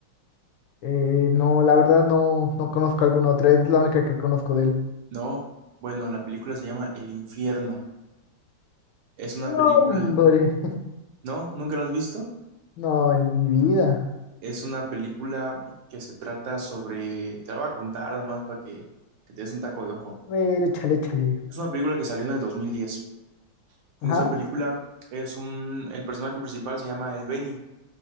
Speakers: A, on the left; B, on the right.
A: Eh, no, la verdad no, no conozco alguna otra. Es la única que conozco de él.
B: No, bueno, la película se llama El Infierno. Es una
A: No,
B: película,
A: hombre. <laughs>
B: ¿no? ¿Nunca la has visto?
A: No, en mi vida.
B: Es una película que se trata sobre, te la voy a contar nada más para que, que te des un taco de ojo.
A: A ver, échale, échale.
B: Es una película que salió en el 2010. En
A: Ajá.
B: esa película es un, el personaje principal se llama El Beni.